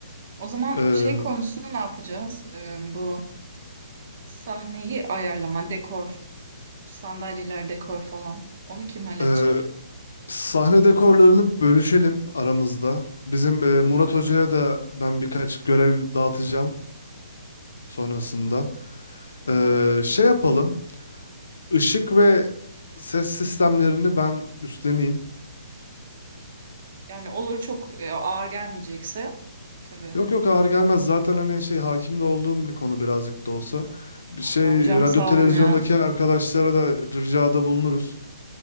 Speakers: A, on the right; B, on the left.
A: o zaman
B: Ee,
A: şey konusunda ne yapacağız? Em, bu sahneyi ayarlama, dekor, sandalyeler, dekor falan. Onu kim halledecek?
B: e, sahne dekorlarını bölüşelim aramızda. Bizim
A: Olur.
B: e, Murat Hoca'ya da ben birkaç görev dağıtacağım sonrasında. Ee,
A: Tamam.
B: şey yapalım ışık ve ses sistemlerini ben üstleneyim.
A: Yani olur çok e, ağır gelmeyecekse tabii.
B: Yok yok ağır gelmez. Zaten hani şey hakim de olduğum bir konu birazcık da olsa. Bir Şey
A: Ya Hocam
B: radyo
A: sağ
B: televizyondaki
A: olun ya.
B: arkadaşlara da ricada bulunuruz.